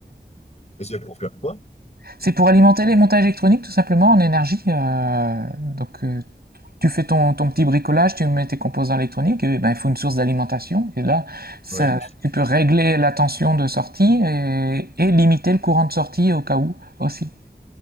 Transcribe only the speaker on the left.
Mais c'est pour faire quoi?
Oui.